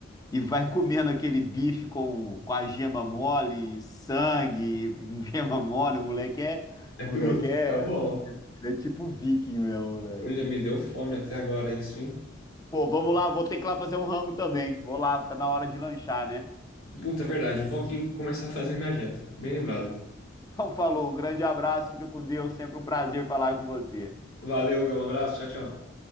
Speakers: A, on the left; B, on the left.
A: e vai comendo aquele bife com, com a gema mole, sangue, <laughs> gema mole. O moleque é,
B: é
A: o
B: bruto,
A: moleque
B: fica
A: é
B: bom.
A: ele é tipo viking meu moleque.
B: Olha, me deu fome até agora isso, hein?
A: Pô, vamos lá, vou ter que ir lá fazer um rango também. Vou lá, tá na hora de lanchar, né?
B: Puta, é verdade. Eu vou aqui começar a fazer minha janta. Bem lembrado.
A: Então falou, um grande abraço, fica com Deus, sempre um prazer falar com você.
B: Valeu, Gão. Um abraço. Tchau, tchau.